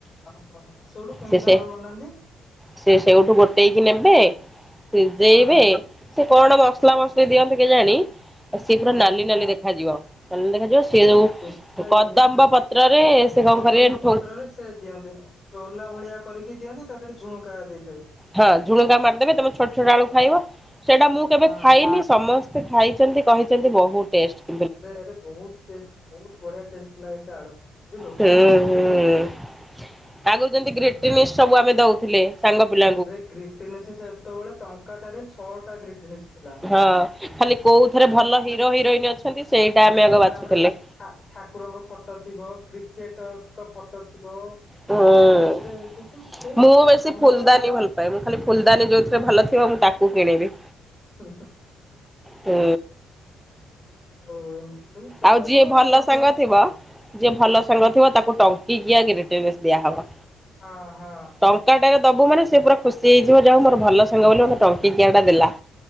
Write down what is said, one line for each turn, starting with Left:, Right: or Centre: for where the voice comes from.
Left: ଓହୋ ସେଇଠୁ କେମିତି
Centre: ସେ
Left: କଣ
Centre: ସେ
Left: ଆଳୁ ବନାନ୍ତି?
Centre: ସେ ସେଇଠୁ ଗୋଟେଇକି ନେବେ। ସିଜେଇବେ
Left: ହଁ
Centre: ସେ କଣ ମସଲା
Left: ହଁ
Centre: ମସଲି ଦିଅନ୍ତି କେଜାଣି ସେ ପୁରା
Left: ହଁ
Centre: ନାଲି ନାଲି ଦେଖାଯିବ। ନାଲି ଦେଖାଯିବ
Left: ବଢିଆ
Centre: ସେ ଯୋଉ
Left: ଟେଷ୍ଟି ଲାଗେ
Centre: କଦମ୍ବ
Left: ଆଳୁ
Centre: ପତ୍ରରେ ସେ
Left: କଦମ୍ବ
Centre: କଣ କରିବେ
Left: ପତ୍ରରେ
Centre: ଠୋଲ
Left: ସେ ଦିଅନ୍ତି ଠୋଲା ଭଳିଆ କରିକି ଦିଅନ୍ତି ତା ଦେହରେ ଝୁଣୁକା ଦେଇଥିବେ।
Centre: ହଁ ଝୁଣୁଗା ମାରିଦେବେ ତମେ ଛୋଟ ଛୋଟ ଆଳୁ ଖାଇବ ସେଇଟା ମୁଁ କେବେ
Left: ହଁ।
Centre: ଖାଇନି ସମସ୍ତେ ଖାଇଚନ୍ତି କହିଚନ୍ତି ବହୁତ ଟେଷ୍ଟେ।
Left: ଆରେ ଆରେ ବହୁତ୍ ଟେଷ୍ଟେ ବହୁତ୍ ବଢ଼ିଆ ଟେଷ୍ଟେ ଲାଗେ ସେ ଆଳୁ ବୁଝିଲୁ।
Centre: ହୁଁ ହୁଁ।
Left: ହୁଁ
Centre: ଆଗରୁ ଯେମିତି ଗ୍ରିଟିନିସ୍ ସବୁ ଆମେ ଦଉଥିଲେ। ଏ ସାଙ୍ଗ ପିଲା
Left: ଆରେ ଗ୍ରିଟିନିସ୍ ସେତେବେଳେ ଟଙ୍କାଟାରେ ଛଅଟା ଗ୍ରିଟିନିସ୍ ଥିଲା।
Centre: ହଁ ଖାଲି କୋଉଥରେ
Left: ଆମେ
Centre: ଭଲ ହିରୋ ହିରୋଇନ ଅଛନ୍ତି ସେଇଟା
Left: ବାସ୍
Centre: ଆମେ ଆଗ
Left: ବାସ୍
Centre: ବାଛୁଥିଲେ।
Left: ତାପରେ ଠା ଠାକୁରଙ୍କ ଫଟୋ ଥିବ କ୍ରିକେଟରଙ୍କ ଫଟୋ ଥିବ
Centre: ହୁଁ।
Left: ଗ୍ରିଟନିସ୍ ରେ ସେ ସବୁ ସେ
Centre: ମୁଁ
Left: ସବୁ
Centre: ବେଶୀ
Left: ସମୟ
Centre: ଫୁଲଦାନୀ
Left: ହଁ।
Centre: ଭଲ ପାଏ ମୁଁ ଖାଲି ଫୁଲଦାନୀ ଯୋଉଥିରେ ଭଲ ଥିବ ମୁଁ ତାକୁ କିଣିବି।
Left: ହୁଁ ହୁଁ।
Centre: ହୁଁ।
Left: ଓ ଏମିତି ସବୁ ଛୋଟ
Centre: ଆଉ ଯିଏ
Left: ବେଳ
Centre: ଭଲ ସାଙ୍ଗ
Left: ବ ହଁ
Centre: ଥିବ ଯିଏ ଭଲ ସାଙ୍ଗ ଥିବ ତାକୁ ଟଙ୍କିକିଆ ଗ୍ରିଟନିସ୍ ଦିଆ ହବ।
Left: ହଁ ହଁ।
Centre: ଟଙ୍କାଟାରେ ଦେବୁ ମାନେ ସେ ପୁରା ଖୁସି ହେଇଯିବ ଯାହା ହଉ ମୋର ଭଲ ସାଙ୍ଗ ବୋଲି ମତେ ଟଙ୍କିକିଆଟା ଦେଲା।